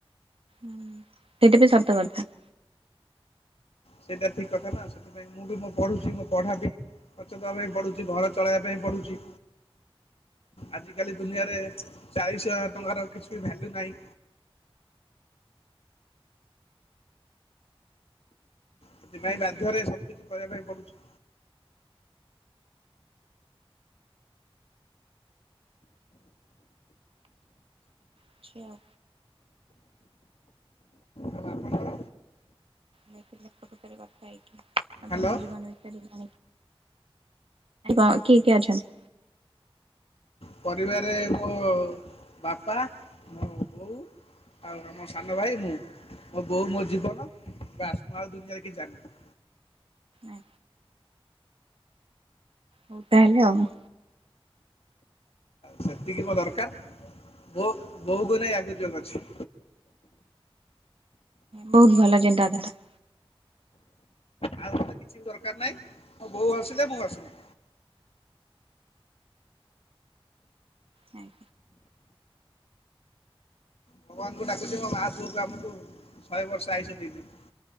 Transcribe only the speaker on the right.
ହଁ ସେଇଟା ବି ସତ କଥା।
ଆଜ୍ଞା
ଆଚ୍ଛା।
ଲଙ୍କିତରେ କଥା ହେଇଛି ଆପଣଙ୍କ
ଜୀବନ ବିଷାରିକି ଜଣିିକି <inaudible> ଆ କିଏ କିଏ ଅଛନ୍ତି?
ଆଁ ହଉ ତାହେଲେ ଆଉ।
ବହୁତ ଭଲ ଚିନ୍ତାଧାରା।
ଆଜ୍ଞା।